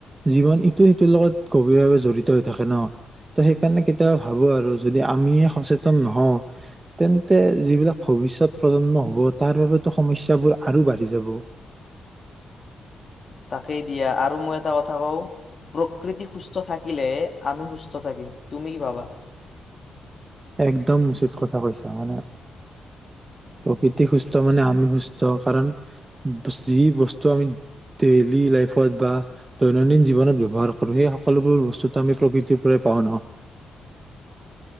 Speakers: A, on the right; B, on the left.
A: জীৱন ইটো সিটোৰ লগত গভীৰভাৱে জড়িত হৈ থাকে ন, ত সেইকাৰণে কেতিয়াবা ভাবো আৰু যদি আমি সচেতন নহওঁ, তেন্তে যিবিলাক ভৱিষ্যত প্ৰজন্ম হব তাৰ বাবেতো সমস্যাবোৰ আৰু বাঢ়ি যাব।
B: তাকেই দিয়া আৰু মই এটা কথা কওঁ, প্ৰকৃতি সুস্থ থাকিলে আমি সুস্থ থাকিম তুমি কি ভাবা?
A: একদম উচিত কথা কৈছা। মানে প্ৰকৃতি সুস্থ মানে আমি সুস্থ কাৰণ যি বস্তু আমি ডেইলি লাইফত বা দৈনন্দিন জীৱনত ব্যৱহাৰ কৰো সেই সকলোবোৰ বস্তুটো আমি প্ৰকৃতিৰ পৰাই পাওঁ ন।